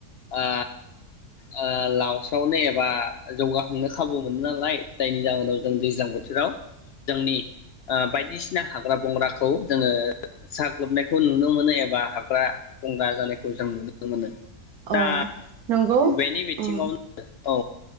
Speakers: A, on the left; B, on the right.
A: आ आ लावस्रावनो एबा जौगाखांनो खाबु मोनो नालाय जायनि जाहोनाव जों दैज्लां बो जेराव जोंनि आ बायदिसिना हाग्रा बंग्राखौ जोङो साग्लोबनायखौ नुनो मोनो एबा हाग्रा बंग्रा जानायखौ जों नुनो मोनो दा
B: औ नंगौ
A: बेनि बिथिङावनो
B: उम
A: औ